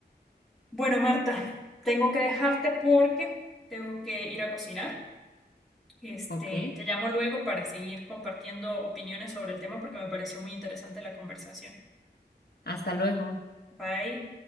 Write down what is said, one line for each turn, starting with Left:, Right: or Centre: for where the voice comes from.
Centre: Bueno, Marta, tengo que dejarte porque tengo que ir a cocinar. Este,
Left: Ok,
Centre: te llamo luego para seguir compartiendo opiniones sobre el tema porque me pareció muy interesante la conversación.
Left: hasta luego.
Centre: Bye.